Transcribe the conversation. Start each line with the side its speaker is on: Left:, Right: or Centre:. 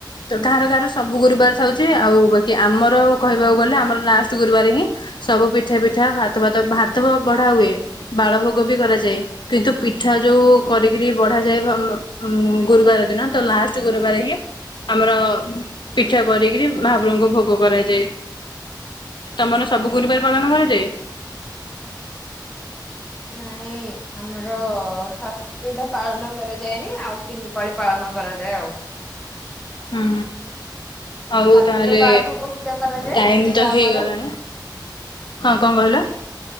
Left: ତ କାହାର କାହାର ସବୁ ଗୁରୁବାର ଥାଉଛି ଆଉ ବାକି ଆମର କହିବାକୁ ଗଲେ ଆମର ଲାଷ୍ଟ ଗୁରୁବାର ହିଁ ସବୁ ପିଠା ପିଠା ଭାତ ଭାତ ଭାତ ବଢା ହୁଏ। ବାଳ ଭୋଗ ବି କରାଯାଏ କିନ୍ତୁ ପିଠା ଯୋଉ କରିକିରି ବଢାଯାଏ ଭୋ ଗୁରୁବାର ଦିନ ତ ଲାଷ୍ଟ ଗୁରୁବାର ହିଁ ଆମର ପିଠା କରିକିରି ମହାପ୍ରଭୁଙ୍କୁ ଭୋଗ କରାଯାଏ। ତମର ସବୁ ଗୁରୁବାର ପାଳନ କରାଯାଏ?
Centre: ନାଇଁ ଆମର ତ ଏଇଟା ପାଳନ କରାଯାଏନି ଆଉ ତିନି ପାଳି ପାଳନ କରାଯାଏ ଆଉ।
Left: ହୁଁ। ଆଉ
Centre: ଫାଷ୍ଟରେ
Left: ତାହେଲେ
Centre: ବାଳ ଭୋଗ ପୂଜା କରାଯାଏ
Left: ଟାଇମ୍ ତ
Centre: ତାପରେ
Left: ହେଇଗଲାଣି। ହଁ କଣ କହିଲ?